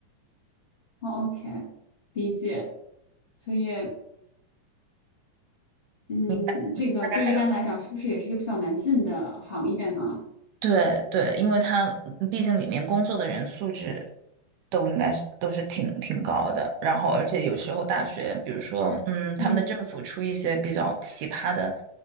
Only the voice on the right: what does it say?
你
大概还有。
对对，因为他嗯毕竟里面工作的人素质都应该是都是挺挺高的，然后而且有时候大学，比如说嗯，他们的政府出一些比较奇葩的